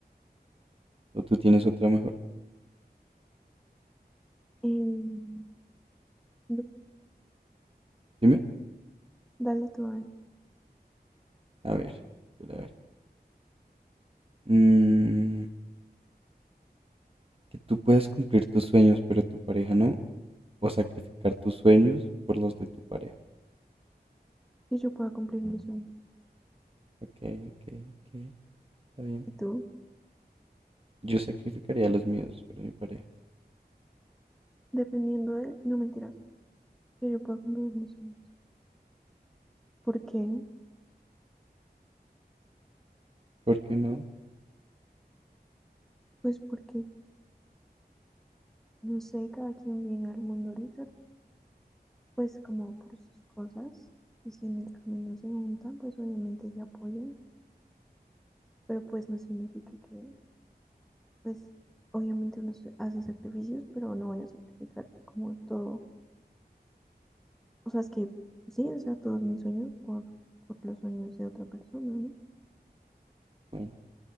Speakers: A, on the right; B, in the centre.
A: ¿o tú tienes otra mejor?
B: Em, no
A: Dime.
B: Dale tú a ver
A: A ver, a ver. Mm, que tú puedas cumplir tus sueños, pero tu pareja no. O sacrificar tus sueños por los de tu pareja.
B: que yo pueda cumplir mis sueños.
A: Ok, ok, ok. Está bien.
B: Y tú,
A: Yo sacrificaría los míos por mi pareja.
B: dependiendo de, no mentiras, que yo pueda cumplir mis sueños. ¿Por qué?
A: ¿Por qué no?
B: Pues porque, no sé, cada quien viene al mundo a luchar, pues como por sus cosas. Y si en el camino se juntan, pues obviamente se apoyan. Pero pues no significa que, pues obviamente uno se- hace sacrificios, pero no voy a sacrificar como todo. O sea, es que sí, o sea, todos mis sueños por, por los sueños de otra persona, ¿no?
A: Bueno,